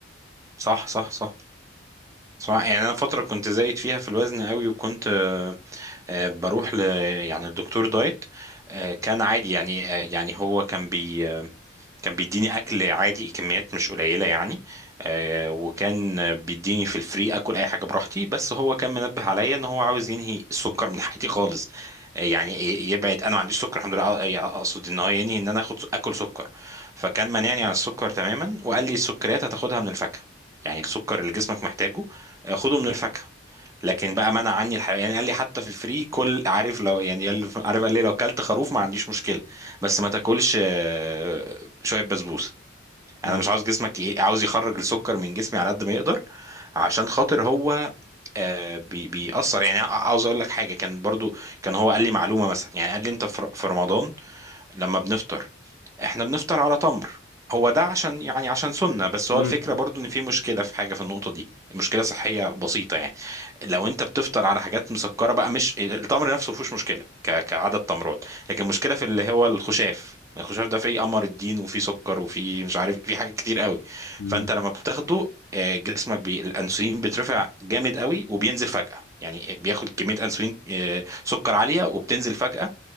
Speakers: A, on the right; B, on the left.
A: صح صح صح صح يعني انا فتره كنت زايد فيها في الوزن قوي وكنت آه، بروح ل يعني الدكتور دايت آه، كان عادي يعني آه، يعني هو كان بي آه، كان بيديني اكل عادي كميات مش قليله يعني آه، وكان بيديني في الفري اكل اي حاجه براحتي بس هو كان منبه عليا ان هو عاوز ينهي السكر من حياتي خالص آه، يعني ي- يبعد انا ما عنديش سكر الحمد لله آه، آه، اقصد ان هو ينهي ان انا اخد اكل سكر فكان مانعني عن السكر تماما وقال لي السكريات هتاخدها من الفاكهه يعني السكر اللي جسمك محتاجه آه، خده من الفاكهه لكن بقى منع عني الحيوان يعني قال لي حتى في الفري كل عارف لو يعني قال- عارف قال لي لو كلت خروف ما عنديش مشكله بس ما تاكلش آه، شويه بسبوسه
B: مم.
A: انا مش عاوز جسمك ايه عاوز يخرج السكر من جسمي على قد ما يقدر عشان خاطر هو آه، بي- بيأثر يعني عاوز اقول لك حاجه كان برضو كان هو قال لي معلومه مثلا يعني قال لي انت في في رمضان لما بنفطر احنا بنفطر على تمر هو ده عشان يعني عشان سنة بس هو
B: أظن-
A: الفكرة برضو ان في مشكلة في حاجة في النقطة دي مشكلة صحية بسيطة يعني لو انت بتفطر على حاجات مسكرة بقى مش التمر نفسه مفيهوش مشكلة ك... كعدد تمرات لكن المشكلة في اللي هو الخشاف الخشاف ده فيه قمر الدين وفيه سكر وفيه مش عارف فيه حاجات كتير قوي
B: مم.
A: فانت لما بتاخده آه، جسمك بي... الانسولين بيترفع جامد قوي وبينزل فجأة يعني بياخد كمية انسولين آه، سكر عالية وبتنزل فجأة